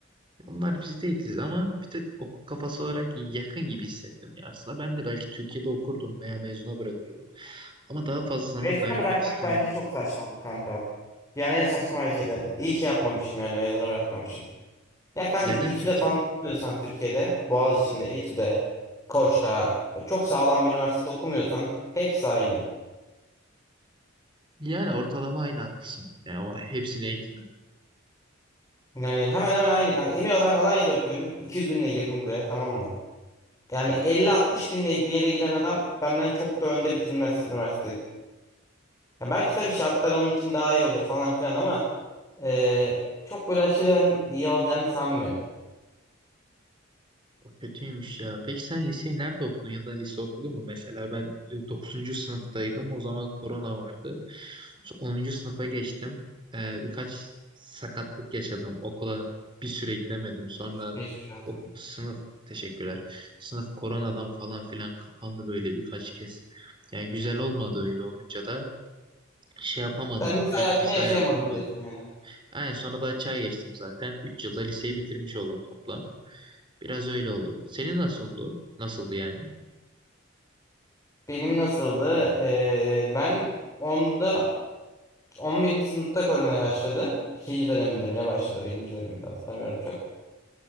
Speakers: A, on the right (about 25°); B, on the left (about 15°).
A: onlar biz değiliz ama bir tık okul kafası olarak yakın gibi hissettim. Ya aslında ben de belki Türkiye'de okurdum veya mezuna bırakırdım. Ama daha fazla zaman
B: Mezuna
A: kaybetmek
B: bırakmak
A: istemedim.
B: bence çok saçmalık kanka. Yani en saçma hareketi. İyi ki yapmamışım yani mezuna bırakmamışım. Ya kanka
A: Neden
B: İTÜ'de
A: peki?
B: falan okumuyorsan Türkiye'de, Boğaziçi'nde, İTÜ'de, Koç'ta e, çok sağlam bir üniversitede okumuyorsan hepsi aynı.
A: Yani ortalama aynı haklısın. Yani o hepsini eğitim
B: Yani hemen hemen aynı kanka. Emin ol ben Alanya'da okuyorum. 200 binle girdim buraya tamam mı? Yani 50-60 binle bir yere giden adam benden çok da önde bitirmez üniversiteyi. Ya belki tabii şartlar onun için daha iyi olur falan filan ama eee, çok böyle aşırı iyi olacağını sanmıyorum.
A: O kötüymüş ya. Peki sen liseyi nerede okudun ya da lise okudun mu? Mesela ben e, dokuzuncu sınıftaydım. O zaman korona vardı. Sonra 10. sınıfa geçtim. Ee, birkaç sakatlık yaşadım. Okula bir süre gidemedim. Sonra
B: Geçmiş olsun.
A: o sınıf teşekkürler. Sınıf koronadan falan filan kapandı böyle birkaç kez. Yani güzel olmadı öyle olunca da şey yapamadım.
B: Sen lise
A: Pek
B: hayatını
A: lise
B: yaşayamadım
A: hayatım olmadı.
B: diyorsun yani.
A: Aynen sonra da açığa geçtim zaten. 3 yılda liseyi bitirmiş oldum toplam. Biraz öyle oldu. Senin nasıl oldu? Nasıldı yani?
B: Benim nasıldı? Ee, ben onda 11. sınıfta korona başladı. İkinci döneminde bile başladı. Birinci döneminde hatırlamıyorum çok.